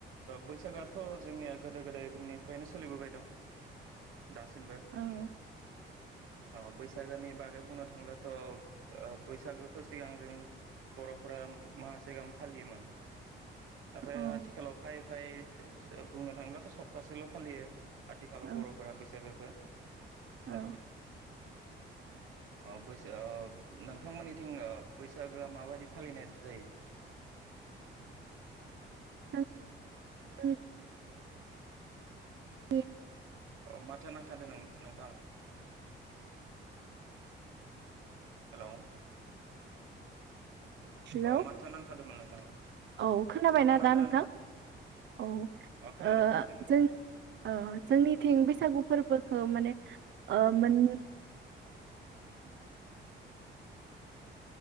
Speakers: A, on the right; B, on the right.
A: बैसागोआथ' जोंनिया गोदो गोदायनिफ्रायनो सोलिबोबाय दं। दासिमबो।
B: औ
A: अ बैसागोनि बागै बुंनो थांब्लाथ' बैसागोथ' सिगां जों बर'फोरा माहासेगाम फालियोमोन। नाथाय
B: औ
A: आथिखालाव फाइ ओमफ्राय सो सो बुंनो थाङोब्लाथ' सप्तासेल' फालियो। आथिखालाव
B: औ
A: बर'फोरा बैसागोखो। <inaudible> न
B: औ
A: अ बैसा ओ नोंथांमोननिथिं ओ बैसागोआ माबायदि फालिनाय जायो?
B: <inaudible> <inaudible>
A: अ माथोया नांथादों नोंथां हेल'
B: हेलौ
A: अ माथोया नांथादोंमोन नोंथांना
B: औ खोनाबायना
A: अ खोनादोंना
B: दा नोंथां औ ओ
A: अ खोनादों खोनादों नोंथां
B: जों जोंनिथिं बैसागु फोरबो खौ ओ माने ओ मोन